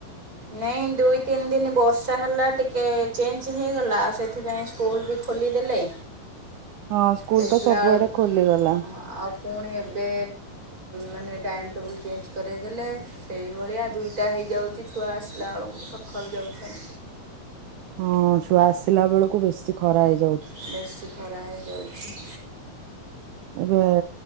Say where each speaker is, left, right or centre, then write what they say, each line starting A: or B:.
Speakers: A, on the right; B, on the right.
A: ନାଇଁ ଦୁଇ ତିନି ଦିନ ବର୍ଷା ହେଲା ଟିକେ ଚେଞ୍ଜ ହେଇଗଲା ଆଉ ସେଥିପାଇଁ ସ୍କୁଲ ବି ଖୋଲିଦେଲେ
B: ହଁ ସ୍କୁଲ
A: ଦେଖିଲା
B: ତ ସବୁଆଡେ
A: ବେଳକୁ
B: ଖୋଲିଗଲା।
A: ହଁ ଆଉ ପୁଣି ଏବେ ମାନେ ଟାଇମ୍ ଟେବୁଲ୍ ଚେଞ୍ଜ କରେଇଦେଲେ। ସେଇଭଳିଆ ଦୁଇଟା ହେଇଯାଉଛି ଛୁଆ ଆସିଲା ବେଳକୁ ସକାଳୁ ଯାଉଛନ୍ତି।
B: ହଁ ଛୁଆ ଆସିଲା ବେଳକୁ ବେଶୀ ଖରା ହେଇ
A: ବେଶୀ ଖରା ହେଇଯାଉଛି।
B: ଏବେ